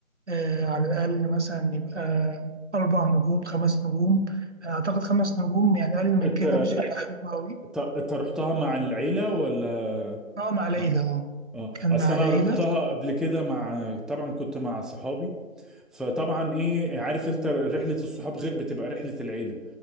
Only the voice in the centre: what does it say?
انت
ط- انت رحتها مع العيلة ولا
مع
اه
اصل
انا
رحتها قبل كده مع طبعا كنت مع صحابي فطبعا ايه عارف انت رحلة الصحاب غير بتبقى رحلة العيلة